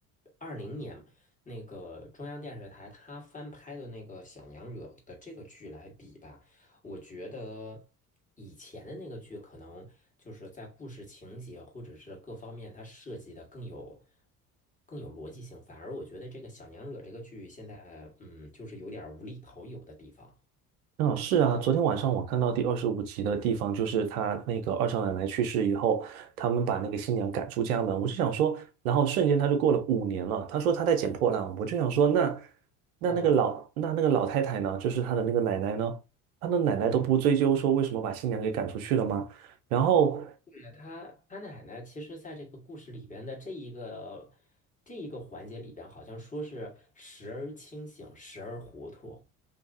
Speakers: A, on the left; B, on the right.
A: 二零年那个中央电视台他翻拍的那个《小娘惹》的这个剧来比吧，我觉得以前的那个剧可能就是在故事情节或者是各方面它设计的更有更有逻辑性，反而我觉得这个《小娘惹》这个剧现在嗯，就是有点儿无厘头有的地方。
B: 嗯，是啊，昨天晚上我看到第二十五集的地方，就是他那个二少奶奶去世以后，他们把那个新娘赶出家门。我就想说，然后瞬间他就过了五年了。他说他在捡破烂，我就想说，那那那个老那那个老太太呢，
A: 哦。
B: 就是他的那个奶奶呢，他的奶奶都不追究说为什么把新娘给赶出去了吗？
A: 嗯。
B: 然后
A: 对他他奶奶其实在这个故事里边的这一个这一个环节里边，好像说是时而清醒，时而糊涂。